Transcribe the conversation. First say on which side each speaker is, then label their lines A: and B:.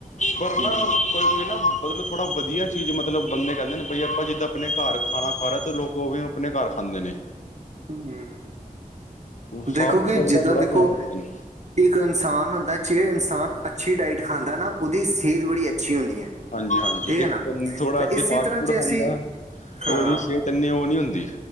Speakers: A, on the left; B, on the right.
A: ਪਰ
B: ਹਮ
A: ਨਾਂ, ਕੋਈ- ਕੋਈ ਨਾ ਮਤਲੱਬ ਥੋੜਾ ਵਧੀਆ ਚੀਜ਼, ਮਤਲੱਬ ਬੰਦੇ ਕਹਿੰਦੇ ਨੇ, ਬਈ ਆਪਾਂ ਜਿੱਦਾਂ ਆਪਣੇ ਘਰ ਖਾਣਾ। ਭਾਰਤ ਦੇ ਲੋਕ, ਉਹ ਵੀ ਆਪਣੇ ਘਰ ਖਾਂਦੇ ਨੇ।
B: ਹੂੰ,
A: ਸਾਫ਼
B: ਦੇਖੋਂਗੇ
A: ਸਫ਼ਾਈ
B: ਜਿੱਦਾਂ
A: ਦਾ ਬੜਾ
B: ਦੇਖੋ,
A: ਧਿਆਨ ਰੱਖਦੇ ਨੇ
B: ਇੱਕ ਇਨਸਾਨ ਹੁੰਦਾ ਜੇ, ਇਨਸਾਨ ਅੱਛੀ ਡਾਈਟ ਖਾਂਦਾ ਨਾ, ਉਹਦੀ ਸਿਹਤ ਬੜੀ ਅੱਛੀ ਹੁੰਦੀ ਹੈ।
A: ਹਾਂਜੀ- ਹਾਂਜੀ
B: ਠੀਕ ਹੈ
A: ਇੱਕ
B: ਨਾ
A: ਥੋੜਾ
B: ਤਾਂ
A: ਅੱਧੇ,
B: ਇਸੇ
A: ਫਾਸਟ
B: ਤਰ੍ਹਾਂ
A: ਫੂਡ
B: ਜੇ
A: ਖਾਂਦਾ
B: ਅਸੀਂ
A: ਹੈ।
B: ਹਾਂ
A: ਉਹਦੀ ਸਿਹਤ ਇੰਨੀ ਉਹ ਨੀ ਹੁੰਦੀ